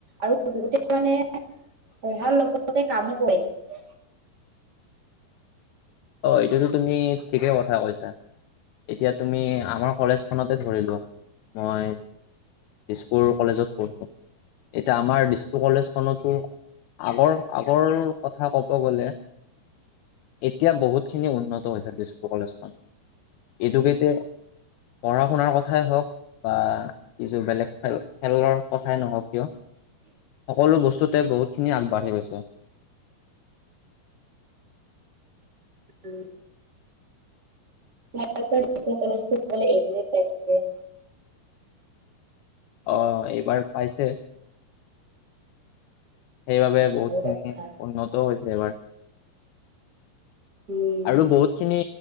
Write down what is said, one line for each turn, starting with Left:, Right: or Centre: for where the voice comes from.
Right: আৰু বহুতে মানে পঢ়াৰ লগে লগে কামো কৰি থাকে
Left: অ এইটোতো তুমি ঠিকেই কথা কৈছা এতিয়া তুমি আমাৰ কলেজখনতে ধৰিলো মই দিজপুৰ কলেজত পঢ়ো। এতিয়া আমাৰ স্কুল কলেজখনতো আগৰ আগৰ কথা ক'ব গ'লে এতিয়া বহুত ত খিনি উন্নত হৈছে তেজপুৰ কলেজখন এডোকেইট পঢ়া শুনাৰ কথাই হওক বা এইযোৰ বেলেগ খেল খেলৰ কথাই নহওক কিয় সকলো বস্তুতে বহুতখিনি আগবাঢ়ি গৈছে।
Right: উম মেডিকেল কলেজটো কলে এগ্ৰেড পাইছে।
Left: অ এইবাৰ পাইছে। সেইবাবে বহুতখিনি
Right: ভাল কথা।
Left: উন্নত হৈছে এইবাৰ।
Right: উম
Left: আৰু বহুত খিনি